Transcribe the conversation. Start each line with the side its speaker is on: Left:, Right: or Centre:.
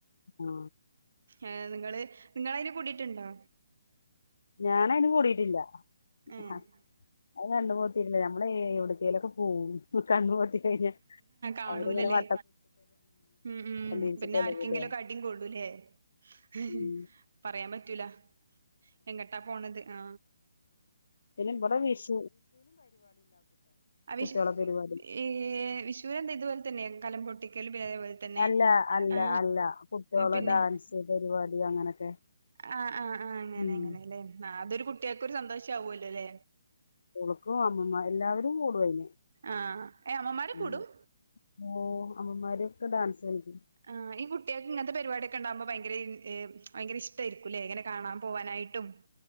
Left: ആഹ്
Right: ഏ നിങ്ങള് നിങ്ങള് അതിന് കൂടിട്ടുണ്ടോ?
Left: ഞാൻ അതിന് കൂടിയിട്ടില്ല ഹ്
Right: ഏഹ്
Left: ഹാ അത് കണ്ണുപൊത്തിട്ടില്ലേ ഞമ്മള് എവിടേക്കേലുമൊക്കെ പോവും കണ്ണുപൊത്തി കഴിഞ്ഞ
Right: കാണൂലല്ലേ
Left: അവരിങ്ങനെ വ
Right: ഉം ഉം
Left: തിരിച്ചിട്ടല്ലേ
Right: പിന്നെ ആർക്കെങ്കിലും
Left: വിടുക
Right: അടിയും കൊള്ളൂല്ലേ ഹ് ഹ്
Left: ഉം
Right: പറയാൻ പറ്റൂല എങ്ങട്ടാ പോണത് ആ
Left: പിന്ന ഇബടെ വിഷ്
Right: വിഷ്‌
Left: കുട്ടികളെ പരിപാടി
Right: ഏ വിഷൂന്താ ഇത്പോലെ തന്നെ കലം പൊട്ടിക്കലും അതേപോലെ തന്നെ
Left: അല്ല അല്ല
Right: ആ
Left: അല്ല കുട്ടികളെ
Right: പിന്നെ
Left: ഡാൻസ് പരിപാടി അങ്ങനൊക്കെ
Right: ആഹ് ആഹ് ആഹ് അങ്ങനെ
Left: ഉം
Right: അങ്ങനെ അല്ലെ ആ അതൊരു കുട്ടികക്കൊരു സന്തോഷ ആവുല്ലോ ല്ലെ
Left: കുളക്കും അമ്മമ്മ എല്ലാവരും കൂടും അയിന്
Right: ആഹ് ഏ അമ്മമാര്
Left: ഉം
Right: കൂടും
Left: ഓ അമ്മമാര് ഒക്കെ ഡാൻസ് കളിക്കും
Right: ആഹ് ഈ കുട്ടികൾക്ക് ഇങ്ങനത്തെ പരിപാടി യൊക്കെ ഇണ്ടാകുമ്പോ ഭയങ്കര ഇ ഭയങ്കര ഇഷ്ടമായിരിക്കൂല്ലേ ഇങ്ങനെ കാണാൻ പോവാനായിട്ടും